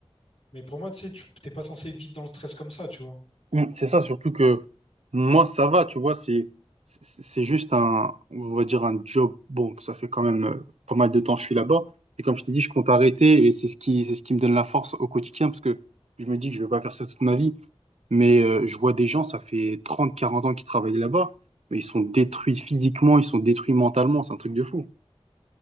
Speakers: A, on the left; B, on the right.
A: Mais pour moi, tu sais, tu t'es pas censé vivre dans le stress comme ça, tu vois.
B: Mm, C'est ça, surtout que moi, ça va, tu vois, c'est c'est c'est juste un, on va dire un job. Bon, ça fait quand même euh, pas mal de temps que je suis là-bas. Et comme je t'ai dit, je compte arrêter et c'est ce qui, c'est ce qui me donne la force au quotidien parce que je me dis que je vais pas faire ça toute ma vie. Mais euh, je vois des gens, ça fait 30 40 ans qu'ils travaillent là-bas, mais ils sont détruits physiquement, ils sont détruits mentalement, c'est un truc de fou.